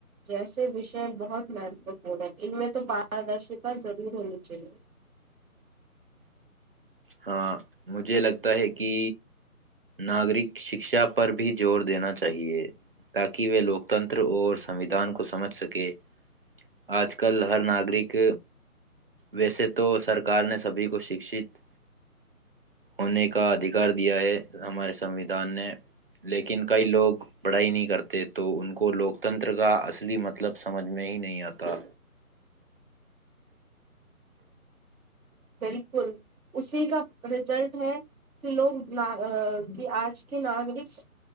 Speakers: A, on the right; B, on the right.
A: جیسے وشے بہت مہتوپورن ہے ان میں تو پاردرشتا ضرور ہونی چاہیے
B: ہاں مجھے لگتا ہے کہ ناگرک شکشا پر بھی زور دینا چاہیے تاکہ وہ لوکتنتر اور سویدھان دان کو سمجھ سکے <unintelligible> آج کل ہر ناگرک ویسے تو سرکار نے سبھی کو شکشت ہونے کا ادھکار دیا ہے ہمارے سنویدھان نے لیکن کئی لوگ پڑھائی نہیں کرتے تو ان کو لوکتنتر کا اصلی مطلب سمجھ میں ہی نہیں آتا
A: بالکل اسی کا رزلٹ ہے کہ لوگ آج کی ناگرک